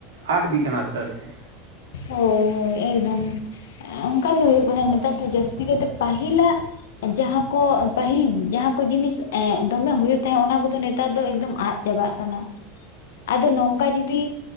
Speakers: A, on the right; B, on the left.
A: ᱟᱴ ᱤᱫᱤᱜ ᱠᱟᱱᱟ ᱟᱥᱛᱮ ᱟᱥᱛᱮ᱾
B: ᱦᱳᱭ ᱦᱳᱭ ᱮᱠᱫᱚᱢ ᱚᱱᱠᱟ ᱜᱮ ᱦᱩᱭᱩᱜ ᱠᱟᱱᱟ ᱱᱮᱛᱟᱨ ᱫᱚ ᱡᱟᱹᱥᱛᱤ ᱠᱟᱭᱛᱮ ᱯᱟᱹᱦᱤᱞᱟᱜ ᱡᱟᱦᱟᱸ ᱠᱚ ᱯᱟᱹᱦᱤᱞ ᱡᱟᱦᱟᱸ ᱠᱚ ᱡᱤᱱᱤᱥ ᱮ ᱫᱚᱢᱮ ᱦᱩᱭᱩᱜ ᱛᱟᱦᱮᱸᱫ ᱚᱱᱟ ᱠᱚᱫᱚ ᱱᱮᱛᱟᱨ ᱫᱚ ᱮᱠᱫᱚᱢ ᱟᱫ- ᱪᱟᱵᱟᱜ ᱠᱟᱱᱟ, ᱟᱫᱚ ᱱᱚᱝᱠᱟ ᱡᱩᱫᱤ